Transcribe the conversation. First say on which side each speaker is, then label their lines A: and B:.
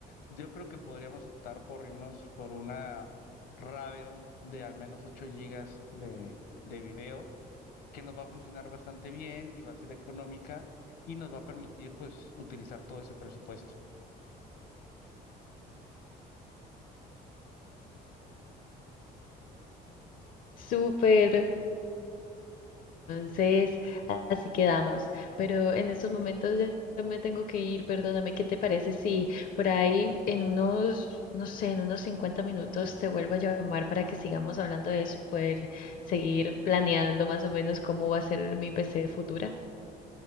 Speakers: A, on the left; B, on the left.
A: yo creo que podríamos optar por irnos por una Radeon de al menos 8 gigas de, de video, que nos va a funcionar bastante bien y va a ser económica y nos va a permitir, pues, utilizar todo ese presupuesto.
B: Súper, Entonces, así quedamos. Pero en estos momentos ya me tengo que ir, perdóname, ¿qué te parece si por ahí en unos, no sé, en unos 50 minutos te vuelvo a llamar para que sigamos hablando de eso y poder seguir planeando más o menos cómo va a ser mi PC futura?